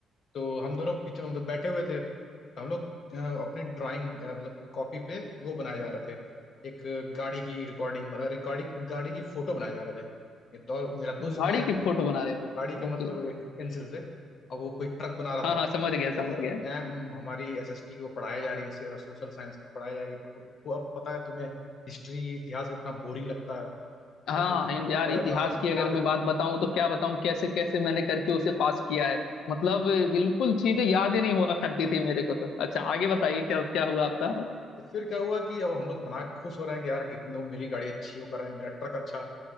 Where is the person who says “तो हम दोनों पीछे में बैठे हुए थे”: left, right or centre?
Left